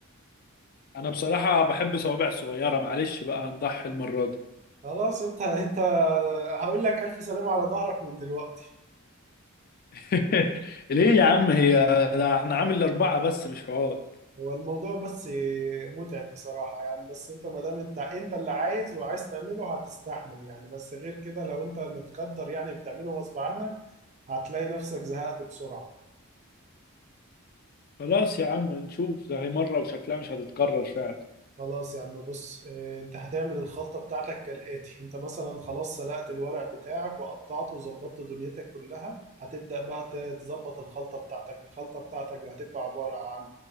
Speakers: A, on the left; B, on the right.
A: انا بصراحة بحب صوابع صغيرة معلش بقى هنضحي المرة دي
B: خلاص انت انت هقول لك ألف سلامة على ظهرك من دلوقتي
A: <laughs> ليه يا عم هي ده احنا عامل اربعة بس مش حوار
B: هو الموضوع بس متعب بصراحة يعني بس انت ما دام انت انت اللي عايز وعايز تعمله هتستحمل يعني بس غير كده لو انت متقدر يعني بتعمله غصب عنك هتلاقي نفسك زهقت بسرعة
A: خلاص يا عم نشوف ده هي مرة وشكلها مش هتتكرر فعلا
B: خلاص يا عم بص اه، انت هتعمل الخلطة بتاعتك كالآتي انت مثلا خلاص سلقت الورق بتاعك وقطعته وظبطت دنيتك كلها هتبدأ بقى ت- تظبط الخلطة بتاعتك الخلطة بتاعتك هتبقى عبارة عن